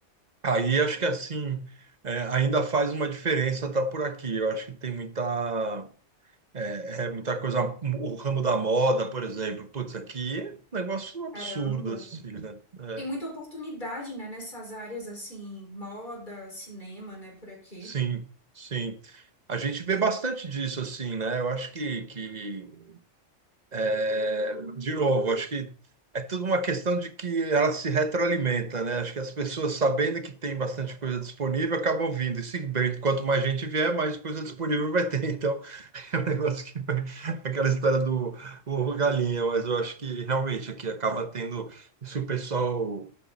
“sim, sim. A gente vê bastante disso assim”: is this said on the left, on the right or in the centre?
Right